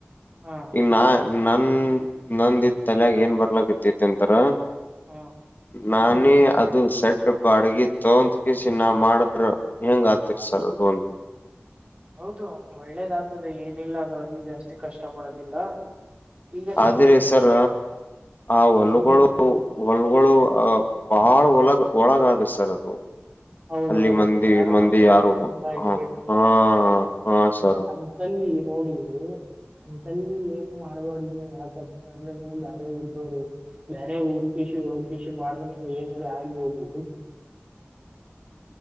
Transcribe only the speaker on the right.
ಹಾ
ಹ್ಮ
ಹೌದು ಒಳ್ಳೇದಾಗ್ತದೆ ಏನಿಲ್ಲ ಆದ್ರೂ ಅಲ್ಲಿ ಜಾಸ್ತಿ ಕಷ್ಟ ಪಡೋದಿಲ್ಲ ಈಗ ನೀವೇ
ನೀ
ಹೌದೌದು
ಯಾರು
ಬಂದ್ರರು
ಬಸ್ಿಲ್ಲ
ೇರಿಲ್ಲ
ಹ್ಮ್
ಅಂತಲ್ಲಿ ನೋಡಿ ಅಂತಲ್ಲಿ ಮಾಡ್ಬಾರ್ದಿ ಯಕ ಅಂದ್ರೆ ಬೇರೆ ಇಬವರು ಬೇರೆ ಊ ಕಷಿ ಹ ಕಷಿ ಮಾಡ್ರ ಏನ ಆದುದು